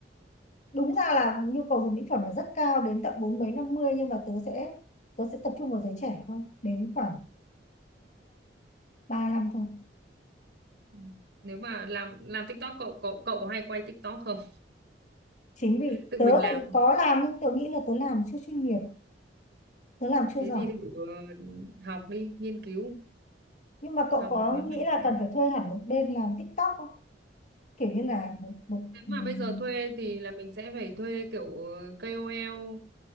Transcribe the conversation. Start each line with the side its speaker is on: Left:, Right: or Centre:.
Left: đúng ra là nhu cầu dùng mỹ phẩm là rất cao đến tận bốn mấy năm mươi nhưng mà tớ sẽ tớ sẽ tập trung vào giới trẻ thôi đến khoảng 35 lăm thôi
Right: Ừ. Nếu mà làm làm TikTok cậu cậu cậu hay quay TikTok không?
Left: chính vì
Right: Tự
Left: tớ
Right: mình làm.
Left: thì có làm nhưng tớ nghĩ là tớ làm chưa chuyên nghiệp tớ làm chưa
Right: Thế
Left: giỏi
Right: thì thử ờ, học đi, nghiên cứu,
Left: nhưng mà cậu
Right: học
Left: có
Right: một khóa
Left: nghĩ
Right: học
Left: là
Right: xem.
Left: cần phải thuê hẳn một bên làm TikTok không kiểu như là một một
Right: Nếu mà
Left: ừm,
Right: bây giờ thuê thì là mình sẽ phải thuê kiểu ờ, KOL,